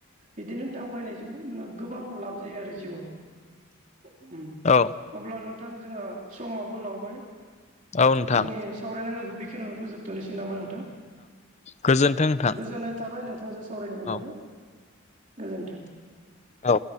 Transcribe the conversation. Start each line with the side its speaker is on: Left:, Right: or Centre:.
Right: बिदिनो दावबायनायजोंबो नोङो गोबां लाब जायो आरो जिउआव। अ उम
Left: औ
Right: अब्ला नोंथां जोङो। समाबो लावबाय।
Left: औ नोंथां
Right: जोंनि सावरायनांगौखो बेखिनियावनो थनिसै नामा नोंथां
Left: गोजोन्थों नोंथां
Right: गोजोननाय थाबाय नों <inaudible> सावरायनो मोननानै।
Left: औ
Right: गोजोन्थों।
Left: औ